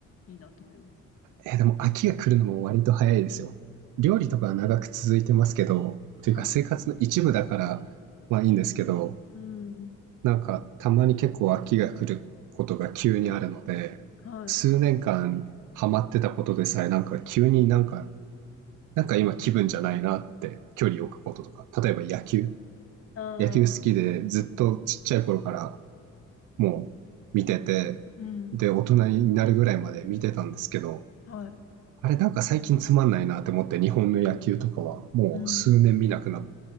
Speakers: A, on the left (about 50°); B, on the right (about 85°).
A: いいなと思います。
B: えでも秋が来るのも割と早いですよ。料理とかは長く続いてますけど、というか生活の一部だから、
A: はい。
B: まあいいんですけど、
A: うん。
B: なんか、たまに結構飽きが来ることが急にあるので、
A: はい。
B: 数年間ハマってたことでさえ、なんか急になんか、なんか今気分じゃないなって距離を置くこととか、例えば野球。
A: ああ、
B: 野球好きでずっとちっちゃい頃からもう見てて、
A: うん。
B: で、大人になるぐらいまで見てたんですけど、
A: はい。
B: あれなんか最近つまんないなって思って日本の野球とかはもう数年見なくなっ
A: うん。